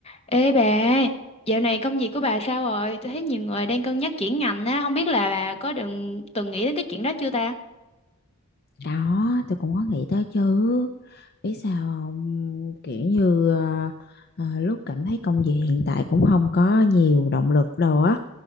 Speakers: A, on the left; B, on the left.
A: Ê bà, dạo này công việc của bà sao rồi? Tôi thấy nhiều người đang cân nhắc chuyển ngành á, không biết là bà có đừng từng nghĩ đến cái chuyện đó chưa ta?
B: Đó, tôi cũng có nghĩ tới chứ. Biết sao không? Kiểu như à, à, lúc cảm thấy công việc hiện tại cũng không có nhiều động lực đâu á.